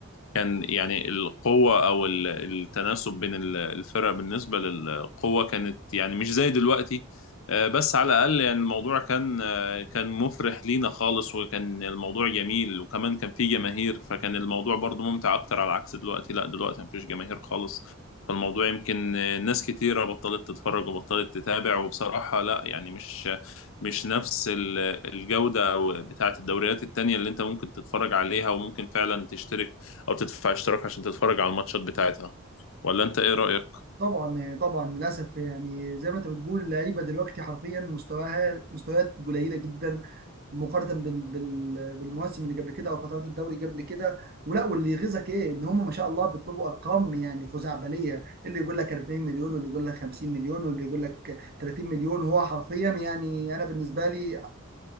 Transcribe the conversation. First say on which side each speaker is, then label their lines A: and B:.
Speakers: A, on the left; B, on the right.
A: كان يعني القوة أو ال- التناسب بين ال- الفرق بالنسبة للقوة كانت يعني مش زي دلوقتي آه، بس على الأقل يعني الموضوع كان آه، كان مفرح لينا خالص وكان الموضوع جميل وكمان كان فيه جماهير فكان الموضوع برضو ممتع أكتر على عكس دلوقتي لا دلوقتي مفيش جماهير خالص فالموضوع يمكن آه، ناس كتيرة بطلت تتفرج وبطلت تتابع وبصراحة لا يعني مش مش نفس ال- الجودة أو بتاعة الدوريات التانية اللي أنت ممكن تتفرج عليها وممكن فعلا تشترك او تدفع اشتراك عشان تتفرج على الماتشات بتاعتها ولا انت ايه رأيك
B: طبعا طبعا للاسف يعني زي ما انت بتقول اللعيبه دلوقتي حرفيا مستواها مستويات قليله جدا مقارنه بال... بال... بالمواسم اللي قبل كده او فترات الدوري قبل كده ولا واللي يغيظك ايه ان هم ما شاء الله بيطلبوا ارقام يعني خزعبليه اللي يقول لك 40 مليون واللي يقول لك 50 مليون واللي يقول لك 30 مليون وهو حرفيا يعني انا بالنسبه لي